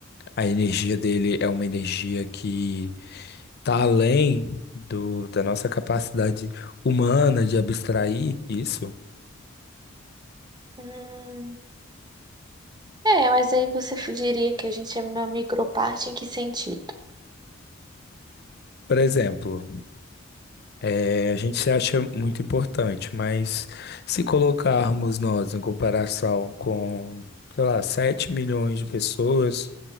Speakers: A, on the left; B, on the right.
A: a energia dele é uma energia que tá além do, da nossa capacidade humana de abstrair isso?
B: Hum, é, mas aí você f- diria que a gente é uma microparte em que sentido?
A: Por exemplo, É, a gente se acha muito importante, mas se colocarmos nós em comparação com, sei lá, 7 milhões de pessoas,